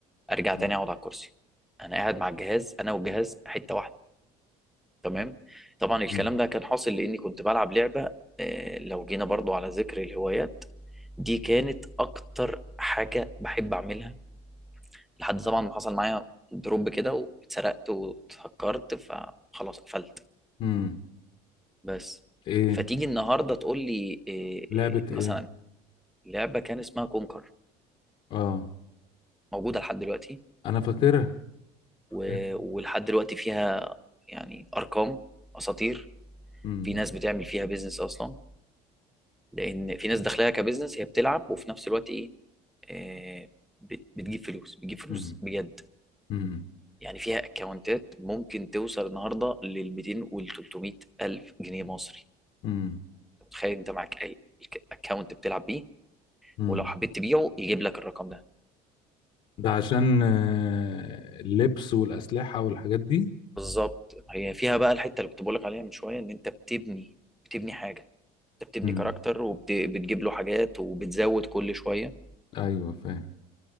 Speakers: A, in the centre; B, on the left (about 45°).
A: أرجع
B: امم
A: تاني أقعد على الكرسي أنا قاعد مع الجهاز أنا والجهاز حتة واحدة تمام طبعا الكلام
B: امم
A: ده كان حاصل لأني كنت بلعب لعبة آه، لو جينا برضو على ذكر الهوايات دي كانت أكتر حاجة بحب أعملها لحد طبعا ما حصل معايا دروب كده واتسرقت واتهكرت فخلاص قفلت
B: امم
A: بس
B: ايه
A: فتيجي النهارده تقول لي إيه
B: لعبة
A: إيه،
B: ايه
A: مثلا لعبه كان اسمها كونكر
B: اه
A: موجوده لحد دلوقتي
B: انا فاكرها فاكرها
A: و- ولحد دلوقتي فيها يعني ارقام اساطير
B: امم
A: في ناس بتعمل فيها بيزنس اصلا لان في ناس داخلها كبيزنس هي بتلعب وفي نفس الوقت ايه إيه، بت- بتجيب فلوس بتجيب فلوس
B: امم
A: بجد
B: امم
A: يعني فيها اكونتات ممكن توصل النهارده لل 200 وال 300 الف جنيه مصري
B: امم
A: تخيل انت معاك اي اكونت بتلعب بيه
B: امم
A: ولو حبيت تبيعه يجيب لك الرقم ده
B: ده عشان آه، اللبس والأسلحة والحاجات دي
A: فبالظبط هي فيها بقى الحته اللي كنت بقول لك عليها من شويه ان انت بتبني بتبني حاجه انت بتبني
B: امم
A: كاركتر وبتجيب له حاجات وبتزود كل شويه
B: ايوه فاهم